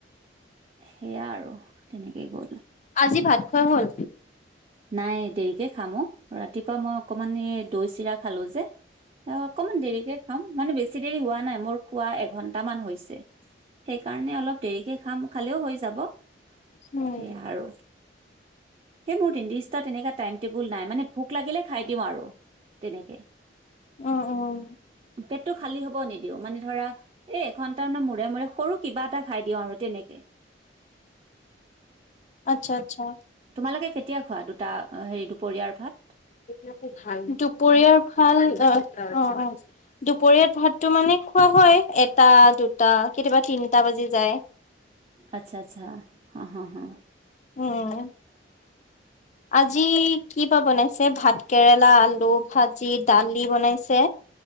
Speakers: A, on the right; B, on the left.
A: সেয়া আৰু তেনেকে গৈ
B: আজি ভাত খোৱা হ'ল
A: নাই দেৰিকে খামো ৰাতিপুৱা মই অকমান এই দৈ চিৰা খালো যে অ অকনমান দেৰিকে খাাম মানে বেছি দেৰি হোৱা নাই মোৰ খোৱা এঘন্টা এটামান হৈছে সেইকাৰণে অলপ দেৰিকে খাম খালেও হৈ যাব সেইয়া
B: উম,
A: আৰু। সেই মোৰ তিনিদষ্টাৰ তেনেক টাইম টেবুল নাই মানে ভোক লাগিলে খাই দিওঁ আৰু, তেনেকে।
B: অ'-অ'।
A: পেটটো খালী হ'ব নিদিও, মানে ধৰা এ এঘন্টাম মানৰ মূৰে মূৰে সৰু কিবা এটা খাই দিও আৰু তেনেকে। <inaudible>
B: আচ্ছা আচ্ছা।
A: তোমালোকে কেতিয়া খোৱা দুটা, হেৰি দুপৰীয়াৰ ভাত?
B: দুপৰীয়াৰ ভাল অ'-অ', দুপৰীয়াৰ ভাতটো মানে হয় হয়, এটা দুটা, কেতিয়াবা তিনটা বাজি যায়।
A: আচ্ছা আচ্ছা, হা-হা-হা।
B: উম, আজি কি বা বনাইছে ভাত কেৰেলা আল আলু ভাজি দালি বনাইছে,